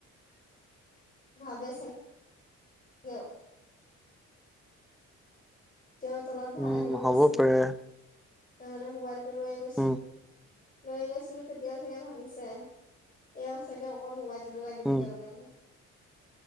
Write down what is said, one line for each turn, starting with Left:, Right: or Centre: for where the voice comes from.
Left: ভাবে চাগে তেওঁ তলত ভাত
Centre: উম
Left: আনিব
Centre: হ'ব
Left: গৈছিলো,
Centre: পাৰে
Left: তাৰ মানে মোবাইলটো লৈয়ে গৈছিলো।
Centre: উম
Left: লৈ গৈছিলো তেতিয়াও চাগে ভাবিছে? এই চাগে অকল মোবাইলটো লাগি থাকে
Centre: উম
Left: বুলি।